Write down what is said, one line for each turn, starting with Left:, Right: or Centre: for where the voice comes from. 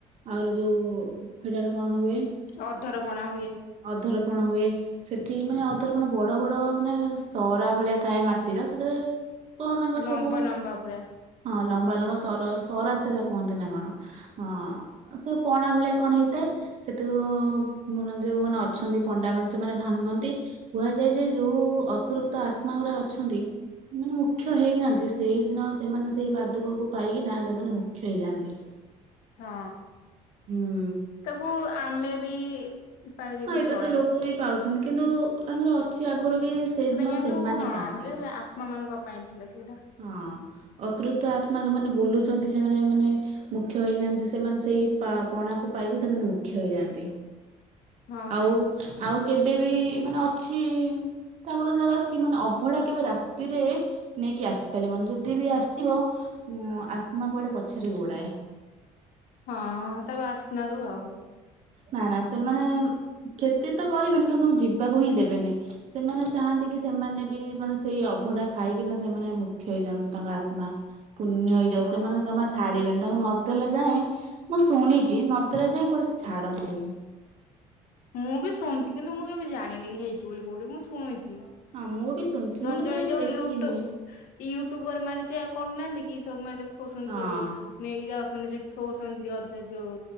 Right: ଆହୁରି ଯୋଉ ଦିଡାଡ଼େ କଣ ହୁଏ?
Left: ଅଧର ପଣା ହୁଏ
Right: ଅଧରପଣ ହୁଏ ସେଠି ମାନେ ଅଧରପଣେ ବଡ ବଡ ମାନେ ସରା ଭଳିଆ ଥାଏ ମାଟିର ସେଥିରେ କଣ ତାଙ୍କର
Left: ଲମ୍ବା
Right: ସବୁ
Left: ଲମ୍ବା ପୁରା
Right: ହଁ ଲମ୍ବା ଲମ୍ବା ସର ସରା ସେରା କୁହନ୍ତି ନା କଣ ହଁ ସେ ପଣା ଭଳିଆ କଣ ହେଇଥାଏ ସେଠୁ ଆମର ଯୋଉମାନେ ଅଛନ୍ତି ପଣ୍ଡା ମାନ ସେମାନେ ଭାଙ୍ଗନ୍ତି କୁହାଯାଏ ଯେ ଯୋଉ ଅତୃପ୍ତ ଆତ୍ମା ଉରା ଅଛନ୍ତି ମାନେ ମୁଖ୍ୟ ହେଇନାହାନ୍ତି ସେଇଦିନ ସେମାନେ ସେଇ ପାଦୁକକୁ ପାଇକିନା ସେମାନେ ମୁଖ୍ୟ ହେଇଯାଆନ୍ତି।
Left: ହଁ
Right: ହୁଁ
Left: ତାକୁ ଆମେ ବି ପାଇଲେ
Right: ହଁ
Left: ବି
Right: ଏବେ
Left: ଚଳେ।
Right: ତ ଲୋକ ବି ପାଉଚନ୍ତି କିନ୍ତୁ ତାଙ୍କର ଅଛି ଆଗରୁ କି ସେଇଦିନ
Left: ସେଇଟା କିନ୍ତୁ
Right: ସେମାନେ
Left: ହଁ
Right: ପାଆନ୍ତି।
Left: ସେ ଆତ୍ମା ମାନଙ୍କ ପାଇଁ ଥିଲା ସେଇଟା।
Right: ହଁ ଅତ୍ରୁତ ଆତ୍ମା ଯୋଉମାନେ ବୁଲୁଛନ୍ତି ସେମାନେ ମାନେ ମୁଖ୍ୟ ହେଇନାହାନ୍ତି ସେମାନେ ସେଇ ପା ପଣାକୁ ପାଇକି ସେମାନେ ମୁଖ୍ୟ ହେଇଯାଆନ୍ତି।
Left: ହଁ
Right: ଆଉ ଆଉ କେବେ ବି ମାନେ ଅଛି ତାଙ୍କର ଯାାର ଅଛି ମାନେ ଅଭଡା କେବେ ରାତିରେ ନେଇକି ଆସି ପାରିବନି ଯଦି ବି ଆସିବ ଉ ଆତ୍ମା କୁଆଡେ ପଛରେ ଗୋଡାଏ।
Left: ହଁ ତା ବାସ୍ନାରୁ ଆଉ
Right: ନା ନା ସେମାନେଉଁ କ୍ଷତି ତ କରିବେନି କିନ୍ତୁ ଯିବାକୁ ହିଁ ଦେବେନି। ସେମାନେ ଚାହାନ୍ତି କି ସେମାନେ ବି ମାନେ ସେଇ ଅଭଡା ଖାଇକିନା ସେମାନେ ମୁଖ୍ୟ ହେଇଯାଆନ୍ତି ତାଙ୍କ ଆତ୍ମା। ପୁଣ୍ୟ ହେଇଯାଉ
Left: ହଁ।
Right: ସେମାନେ ଜମାଛା ଛାଡିବେନି ତାଙ୍କୁ ନଦଲା ଯାଏଁ ମୁଁ ଶୁଣିଛି ନଦେଲା ଯାଏ କୁଆଡେ ସେ ଛାଡନ୍ତିନି।
Left: ମୁଁ ବି ଶୁଣୁଛି କିନ୍ତୁ ମୁଁ କେବେ ଜାଣିନି ହେଇଛି ବୋଲି କୋଉଠି ମୁଁ ଶୁଣିଛି।
Right: ହଁ ମୁଁ ବି ଶୁଣିଛି
Left: ଜଣେ
Right: ମୁଁ କିନ୍ତୁ
Left: ଜଣେ
Right: କେବେ
Left: ଯୋଉ
Right: ଦେଖିନି
Left: ୟୁଟ୍ୟୁବ୍ ୟୁଟ୍ୟୁବର ମାନେ ସେୟା କରୁନାହାନ୍ତି କି ସବୁ ମାନେ ଦେଖଉଛନ୍ତି
Right: ହଁ
Left: ସବୁ ନେଇ ଯାଉଛନ୍ତି ସେଠି ଥୋଉଛନ୍ତି ଅଧେ ଯୋଉ